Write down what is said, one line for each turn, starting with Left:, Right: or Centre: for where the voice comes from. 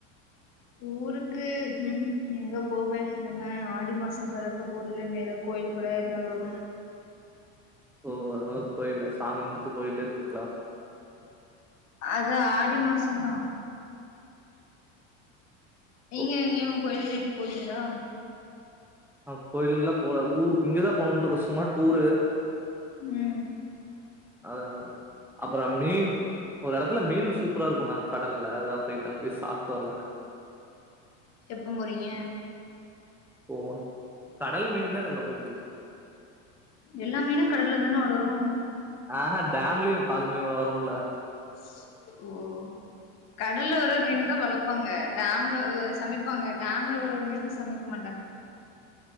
Left: ஊருக்கு ம்ஹ்ம் எங்க போவேன் இனிமே ஆடி மாசம் பெறக்க போகுது ஏதாவது கோயில் கொலம் போய்ட்டாவது வருவோம்
Centre: ஓ அதனால கோயில சாமி கும்புட்டு கோயில இருப்பீங்களா
Left: அது ஆடி மாசந்தா நீங்க
Centre: ஓ
Left: எங்யு கோயில்கிளுக்கு போவீங்ளா
Centre: அ கோயிலுக்குல்லா போல ஊ இங்கதா போனுட்ருக்க சும்மா ட்டூரூ
Left: ம்
Centre: அதுனாலதா அப்புற மீன் ஒரு எடத்துல மீன் சூப்ரார்க்குனாங்க கடல்ல அதா பெயிட்டு அங்க பேய் சாப்ட்டு வர்லானு
Left: எப்போ போறீங்க
Centre: போனு கடல் மீன் தா எனக்கு ரொம்ப புடிக்கு
Left: எல்லா மீனு கடல்ல தான வளரு
Centre: அஹ டேம்ல்யு பாதி மீன் வளரும்ப்ல்
Left: ஸ் ஒ கடல்ல வர மீன்தா வளப்பாங்க டேம்லவு சமைப்பாங்க டேம்ல வர மீனு சமைக் மாட்டாங் அ